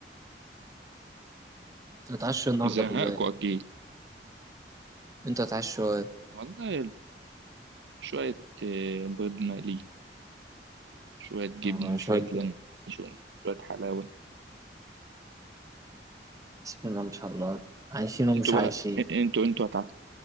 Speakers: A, on the right; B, on the right.
A: تتعشى النهاردة
B: زهقكوا
A: في البيت
B: أكيد
A: انت تتعشى ايه
B: والله شوية آه، بيض مقلي شوية جبنة
A: آه،
B: وشوية
A: شوية
B: لانشون شوية حلاوة
A: بسم الله ما شاء الله عايشين ومش
B: انتوا
A: عايشين
B: بقى انتوا انتوا هتع...